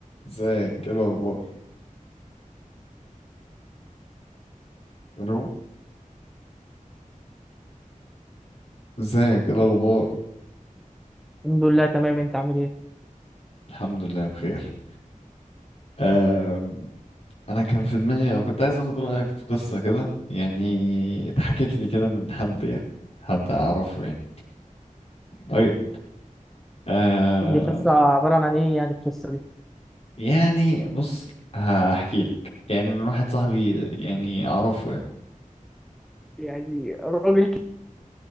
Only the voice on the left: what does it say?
ازيك ايه الاخبار الو ازيك ايه الاخبار
الحمد لله بخير أم... انا كان في دماغي او كنت عايز اخد رايك في قصه كده يعني اتحكت لي كده من حد يعني حد اعرفه يعني طيب أم...
يعني بص هحكي لك يعني من واحد صاحبي يعني اعرفه يعني